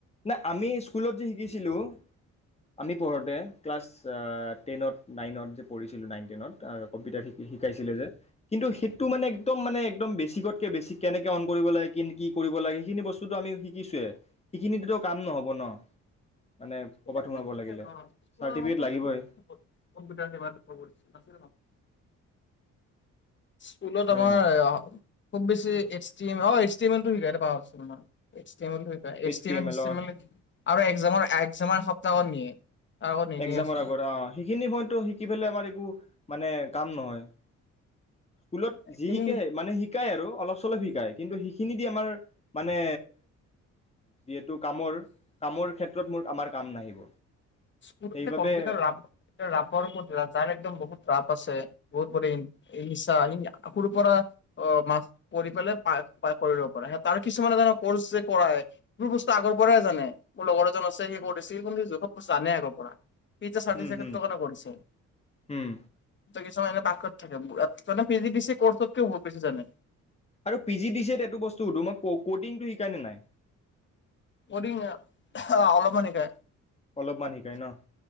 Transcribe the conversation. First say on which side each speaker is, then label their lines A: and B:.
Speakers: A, on the left; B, on the left.
A: না, আমি স্কুলত যি শিকিছিলোঁ আমি পঢ়োঁতে ক্লাছ-আ'- টেন্‌ত নাইনত যে পঢ়িছিলোঁ, নাইন টেনত আৰু- কম্পিউটাৰ শিকি শিকাইছিলে যে কিন্তু সেইটো মানে একদম মানে একদম বেছিকতকে বেছিক। কেনেকে অন্‌ কৰিব লাগে, কেন- কি কি কৰিব লাগে, সেইখিনি বস্তুটো আমি শিকিছোঁৱে। সিকখিনিটোতো কাম নহ'ব ন? মানে
B: াৰ
A: ক'ৰবাত সোমাব লাগিলে চাৰ্টিফিকেট লাগিবই
B: <unintelligible> স্কুলত আমাৰ-খুব
A: হয়নে নাই
B: বেছি <unintelligible> শিকাই পই <unintelligible> এইচ টি এম্‌ এল্‌ টো শিকাই।
A: এইচ
B: এইডছ্‌
A: এম এলৰ
B: টি এম্‌ এল্‌ আৰু একজামৰ <unintelligible> <unintelligible> নিনিয়েচোন।
A: এক্জামৰ আগত অ' সেইখিনি পইণ্টটো শিকি ফেলে আমাৰ একো- মানে- কাম নহয়। স্কুলত
B: এইখিনি
A: যি শিকে, মানে শিকাই আৰু অলপ চলপ শিকাই, কিন্তু সেইখিনি দি আমাৰ মানে বি এড্‌ <unintelligible> কামৰ - কামৰ ক্ষেত্ৰ <unintelligible> মোৰ আমাৰ কাম নাহিব।
B: স্কুল,
A: সেইবাবে
B: এতিটা কম্পিউটাৰ ৰাপ-এতিয়া ৰাপৰ ওপৰত- যাৰ একদম বহুত ৰাপ আছে। বহুত বোৰেই <unintelligible> অ' এদিন সি সৰুৰ পৰা -অ -মাকৰ্চ কৰি পেলাই পাই- পাই কৰিব পাৰে। তাৰ কিছুমানে জানে কৰ্চ যে কৰাই সেইবোৰ বস্তু আগৰ পৰাই জানে। মোৰ লগৰ এজন আছে সি কৰিছি। সি কিন্তু <unintelligible> জানে আগৰপৰা সি যে চাৰ্টিফিকেটটোৰ
A: উম হুম
B: কাৰণে কৰিছে।
A: হুম
B: কিছুমান এনে পাৰ্গত থাকে। মানে পিজিদিছিএ কৰ্চতকৈও বহুত বেছি জানে।
A: আৰু পি জি দি ছি এত এইটো বস্তু সুধো, মানে ক'ডিংটো শিকাই নে নাই?
B: ক'ডিং অ'- অলপমান শিকায়।
A: অলপমান শিকাই ন?